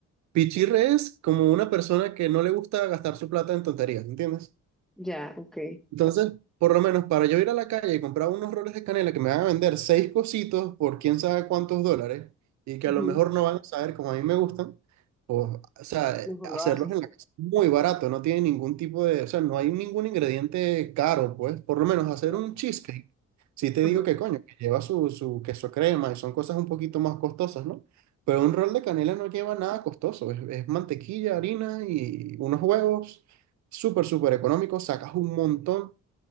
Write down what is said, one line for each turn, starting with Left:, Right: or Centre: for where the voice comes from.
Right: pichirre es como una persona que no le gusta gastar su plata en tonterías, ¿entiendes?
Centre: Ya, ok.
Right: Entonces, por lo menos para yo ir a la calle y comprar unos roles de canela que me van a vender seis cositos por quién sabe cuántos dólares y que
Centre: Ujú.
Right: a lo mejor no van a saber como a mí me gustan, pues, o sea, eh,
Centre: Mejor
Right: hacerlos
Centre: lo haces
Right: en
Centre: tú.
Right: la casa es muy barato, no tiene ningún tipo de, o sea, no hay ningún ingrediente caro, pues, por lo menos hacer
Centre: Ya.
Right: un cheesecake. Si te
Centre: Ajá.
Right: digo que coño, que lleva su, su queso crema y son cosas un poquito más costosas, ¿no? Pero un rol de canela no lleva nada costoso, es, es mantequilla, harina y unos huevos, súper, súper económico, sacas un montón.